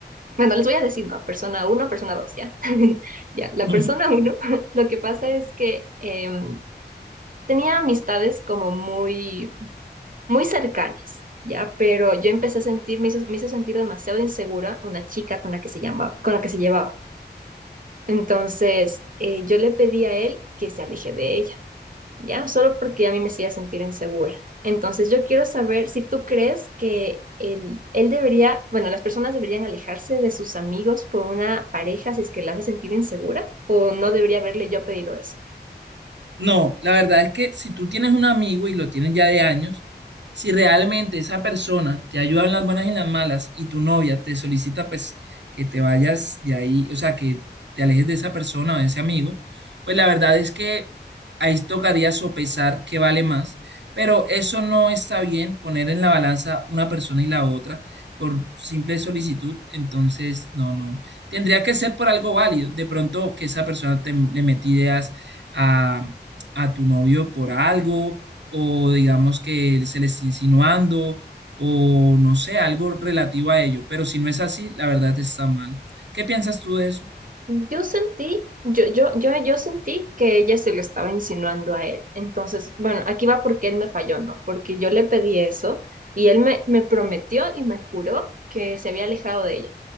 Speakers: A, on the right; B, on the right.
A: bueno, les voy a decir, ¿no? Persona uno, persona dos, ¿ya? <laughs> Ya, la
B: <laughs>
A: persona uno, <laughs> lo que pasa es que em, tenía amistades como muy, muy cercanas, ¿ya? Pero yo empecé a sentir, me hizo, me hizo sentir demasiado insegura una chica con la que se llama, con la que se llevaba. Entonces, eh, yo le pedí a él que se aleje de ella, ¿ya? Solo porque a mí me hacía sentir insegura. Entonces, yo quiero saber si tú crees que él, él debería, bueno, las personas deberían alejarse de sus amigos por una pareja si es que la hace sentir insegura, o no debería haberle yo pedido eso.
B: No, la verdad es que si tú tienes un amigo y lo tienes ya de años, si realmente esa persona te ayuda en las buenas y en las malas y tu novia te solicita pues que te vayas de ahí, o sea, que te alejes de esa persona o de ese amigo, pues la verdad es que ahí tocaría sopesar qué vale más, pero eso no está bien poner en la balanza una persona y la otra por simple solicitud, entonces no, no, tendría que ser por algo válido, de pronto que esa persona te, le mete ideas a a tu novio por algo o digamos que él se le está insinuando o no sé, algo relativo a ello. Pero si no es así, la verdad está mal. ¿Qué piensas tú de eso?
A: Yo sentí, yo, yo, yo, yo sentí que ella se lo estaba insinuando a él. Entonces, bueno, aquí va porque él me falló, ¿no? Porque yo le pedí eso y él me, me prometió y me juró que se había alejado de ella.